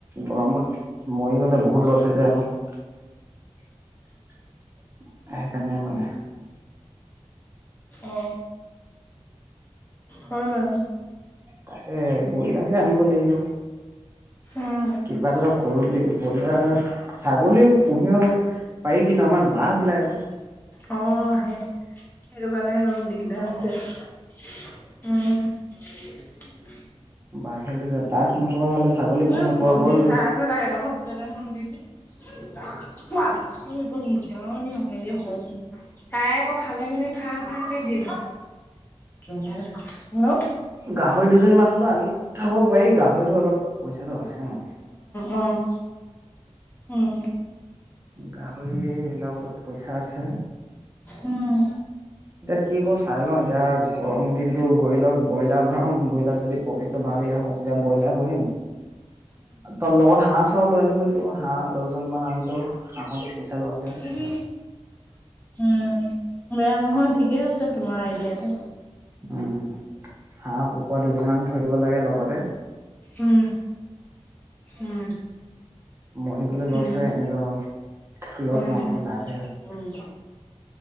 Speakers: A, on the right; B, on the left.
A: গৰমত মৰি গলে বহুত লছ হৈ যায় ন। সেইকাৰণে মানে
B: অ হয় বাৰু
A: তাকে ব্ৰইলাৰে আনিব লাগিব
B: হম
A: কিবা এটা অ কৰো দেই ব্ৰইলাৰ ছাগলীও, পুহিয়ও পাৰি কিন্তু আমাৰ বাঘ উলাই ক
B: অ সেই সেইটো কাৰণে অলপ দিগদাৰ ছেছে অ অঁ
A: বাঘ লৈ যাব তাক ন হ'লে ছাগলী
B: উ
A: পুহিব
B: পৰহি
A: পৰা গ'ল
B: চাহ আ যে তাক এডোখৰ দিটোৰ নিজৰ নিয়মলে হল তাই আকৌ খালে মানে খা খা খে দেওঁ হল-
A: গাহৰি দুজনী মান হলেও আনি থব পাৰি গাহৰিটো অলপ পইচাটো আছে মানে।
B: উম উম
A: গাহৰি বিলাকতো পইচা আছে।
B: উম উম
A: এতিয়া কি কৰো চাই ল এতিয়া গৰম দিনতো গৈ লওঁক ব্ৰইলাৰ ভৰাম ব্ৰইলাৰ যদি প্ৰফিটটো ভালকে হয় তেতিয়া ব্ৰইলাৰ পুহিম তই লগত হহ পচাওঁ লৈ আনিব লাগিব হাঁহ দহজন মান আনিলোও হাঁহঁতে পইচাঁটো আছে
B: উম উম বেয়া নহয় ঠিকে আছে তোমাৰ আইডিয়াটো
A: উম হাঁহ, কুকুৰা, দুজনী মানুহ থৈ দিব লাগে লগতে
B: উম উম
A: মৰি গলে লছ
B: উম
A: হয় এনেত লছ
B: উম
A: নহয় লাভে হয়
B: উম